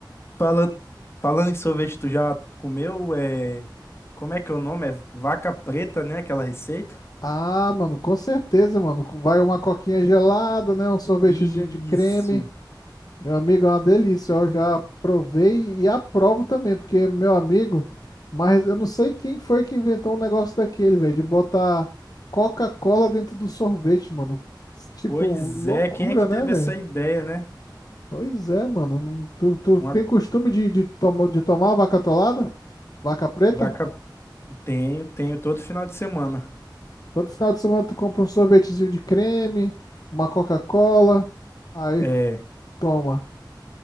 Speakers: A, on the left; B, on the left.
A: Fala, falando em sorvete, tu já comeu? É, como é que é o nome? É vaca preta, né? Aquela receita?
B: Ah, mano, com certeza, mano. Vai uma coquinha gelada, né? Um sorvetezinho
A: Isso.
B: de creme. Meu amigo, é uma delícia. Eu já provei e aprovo também, porque meu amigo, mas eu não sei quem foi que inventou um negócio daquele, velho, de botar Coca-Cola dentro do sorvete, mano. Tipo,
A: Pois
B: loucura,
A: é, quem é que
B: né,
A: teve
B: velho?
A: essa ideia, né?
B: Pois é, mano. Não- Tu, tu
A: Uma
B: tem costume de, de, tomo- de tomar vaca atolada? Vaca preta?
A: vaca. Tenho, tenho todo final de semana.
B: Todo final de semana tu compra um sorvetezinho de creme, uma Coca-Cola, aí
A: É,
B: f- toma.